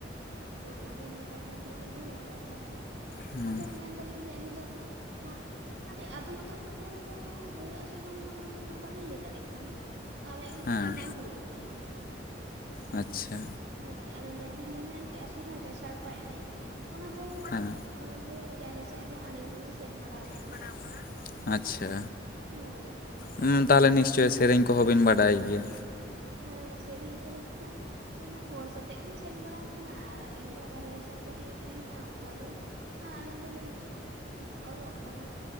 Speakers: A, on the right; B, on the left.
A: ᱦᱚᱸ ᱟᱹᱰᱤ ᱱᱟᱯᱟᱭ ᱠᱩᱠᱞᱤ ᱵᱤᱱ ᱫᱚᱦᱚ ᱟᱠᱟᱫ ᱛᱟᱦᱮᱸᱫᱼᱟ᱾
B: ᱦᱮᱸ
A: ᱟᱫᱚ ᱢᱮᱱ ᱫᱟᱹᱞᱤᱧ ᱡᱮ ᱟᱹᱞᱤᱧ ᱫᱚ ᱦᱟᱸᱜ ᱟᱫᱚ ᱟᱫᱚᱢᱼᱟᱫᱚᱢ ᱴᱚᱴᱷᱟ ᱨᱮᱫᱚ ᱦᱩᱭᱩᱜ ᱟᱥᱮ ᱵᱟᱸᱜᱟ ᱚᱱᱟ ᱫᱚ ᱦᱟᱸᱜ ᱵᱟᱹᱞᱤᱧ ᱞᱟᱹᱭ ᱫᱟᱲᱮᱭᱟᱜ ᱠᱟᱱᱟ᱾ ᱟᱞᱮ ᱚᱱᱛᱮ
B: ᱦᱮᱸ
A: ᱫᱚ ᱵᱟᱝ ᱦᱩᱭᱩᱜ ᱜᱮᱭᱟ᱾
B: ᱟᱪᱪᱷᱟ
A: ᱦᱳᱭ ᱟᱨ ᱚᱱᱮ ᱡᱟᱦᱟᱸ ᱞᱤᱧ ᱢᱮᱱ ᱠᱮᱜᱼᱟ ᱥᱚᱨᱦᱟᱭ ᱨᱮ ᱥᱟᱲᱯᱟ ᱮᱱᱮᱡ ᱚᱱᱟ ᱫᱚ
B: ᱦᱮᱸ
A: ᱟᱸ ᱦᱩᱭᱩᱜ ᱜᱮᱭᱟ ᱟᱞᱮᱥᱮᱫ ᱦᱚᱸ ᱟᱹᱞᱤᱧ ᱦᱚᱸᱞᱤᱧ ᱥᱮᱱ ᱵᱟᱲᱟᱣ ᱠᱟᱱᱟ
B: <unintelligible> ᱟᱪᱪᱷᱟ
A: ᱦᱳᱭ᱾
B: ᱦᱩᱸ ᱛᱟᱦᱚᱞᱮ ᱱᱤᱥᱪᱚᱭ ᱥᱮᱨᱮᱧ ᱠᱚᱦᱚᱸ ᱵᱮᱱ ᱵᱟᱰᱟᱭ ᱜᱮᱭᱟ᱾
A: ᱮᱸ ᱥᱮᱨᱮᱧ ᱠᱚᱫᱚ ᱦᱟᱸᱜ ᱩᱱᱟᱹᱜ ᱦᱚᱲ ᱥᱟᱛᱮᱜ ᱞᱤᱧ ᱥᱮᱱ ᱵᱟᱲᱟᱣ ᱟᱠᱟᱱᱟ ᱟᱨ ᱟᱹᱞᱤᱧ ᱢᱟ ᱵᱟᱦᱨᱮ ᱫᱤᱥᱚᱢ ᱠᱚᱨᱮ ᱞᱤᱧ ᱛᱟᱦᱮᱱᱟ ᱚᱱᱠᱟ ᱫᱚ ᱦᱮᱸ ᱟᱹᱞᱤᱧ ᱫᱩᱞᱤᱧ ᱚᱞᱚᱜ ᱠᱟᱱᱟ᱾